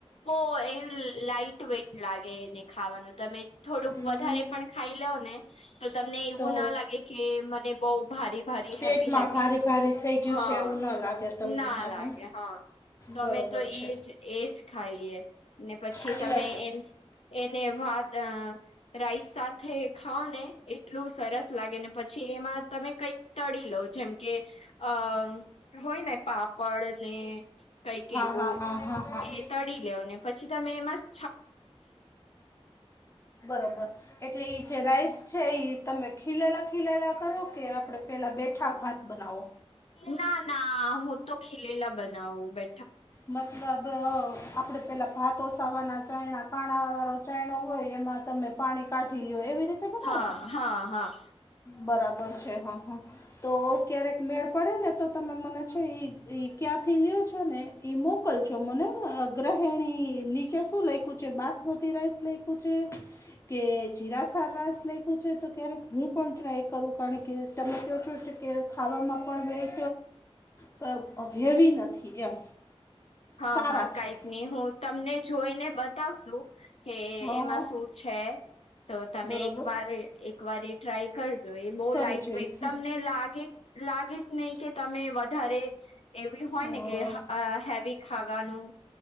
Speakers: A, on the left (about 75°); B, on the left (about 30°).
A: બહુ એ લાઈટ. વેટ લાગે એને ખાવાનું તમે થોડુંક
B: હમ,
A: વધારે પણ ખાઈ લવ ને. તો તમને એવું
B: તો
A: ના લાગે કે મને બઉ ભારી. ભરી
B: પેટમાં
A: હેવી હેવી
B: ભારે ભારે થઈ ગયું
A: હા
B: છે એવું ન લાગે તમને
A: ના
B: હં
A: લાગે
B: હં
A: હા. તોમે
B: બરોબર
A: તો
B: છે
A: એજ એજ ખાઈએ ને પછી
B: એટલે
A: તમે એ એને વાત રાઈસ સાથે ખાઓ ને એટલું સરસ લાગેને પછી એમાં તમે કઈક તળી લો જેમ કે અ હોય ને પાપડ ને. કઈ કેવું
B: હા હા હા હા હા
A: એ તળી લેવ ને પછી તમે એ મસ્ત
B: બરોબર એટલે એ જરા આઈસ છે તમે ખીલેલા ખીલેલા કરો કે આપડણે પેલા બેઠા ભાત બનાવો.
A: ના ના હું તો ખીલેલા બનાવું બે
B: મતલબ આપડે પહેલા હાથ સાવાના ચયણા કાણા વાળો ચયણો હોય એમાં તમે પાણી કાઢી લો એવી રીતે બનાવો
A: હા
B: ને
A: હા હા.
B: બરાબર છે હા હા તો ક્યારેક મેળ પડે ને તો તમે મને છે એ એ ક્યાંથી લ લોઓ છો ને એ મોકલશો મને ગૃહિણી નીચે શું લેખું છે બાસમતી રાઈસ લેકું છે. કે જીરા સા રાઇસ લેખું છે તો ક્યારે હું પણ ટ્રાય કરું કારણ કે તમે ક્યુ શો છે કે ખાવામાં પણ વેજ પર હેવી નથી નથી એમ
A: હા
B: સારા
A: હા
B: છે
A: કઈક નહી હું તમને જોઈને બતાવશું કે
B: હા
A: એમાં
B: હા
A: શું? છે તો તમે
B: બરોબર
A: એક વાર એક વાર ટ્રાય કરજો એ બહુ
B: કરી
A: લાઈટ
B: જોઈશ
A: વેટ તમને લાગે લાગીશ નહી કે તમે વધારે એવી
B: હા
A: હોય ને કે હેવી ખાવાનું